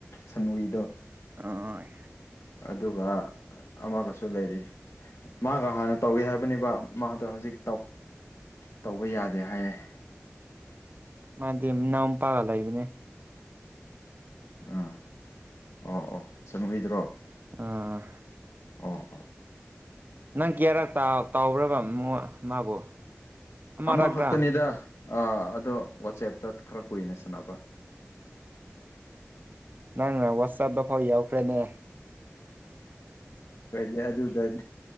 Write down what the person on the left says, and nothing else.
ꯁꯟꯋꯤꯗꯣ
ꯑꯗꯨꯒ ꯑꯃꯒꯁꯨ ꯂꯩꯔꯤ ꯃꯥꯒ ꯍꯥꯟꯅ ꯇꯧꯏ ꯍꯥꯏꯕꯅꯤꯕ ꯃꯥꯗꯣ ꯍꯧꯖꯤꯛ ꯇꯧꯕ ꯌꯥꯗꯦ ꯍꯥꯏꯌꯦꯦ
ꯑꯥ ꯑꯣ ꯑꯣ ꯆꯪꯕꯤꯗ꯭ꯔꯣ
ꯎꯝ ꯎꯥ
ꯑꯃꯈꯛꯇꯅꯤꯗ ꯑꯗꯣ ꯋꯥꯆꯦꯞꯇ ꯈꯔ ꯀꯨꯏꯅ ꯁꯥꯟꯅꯕ
ꯀꯖꯤ ꯌꯥ ꯑꯗꯨ ꯎꯗ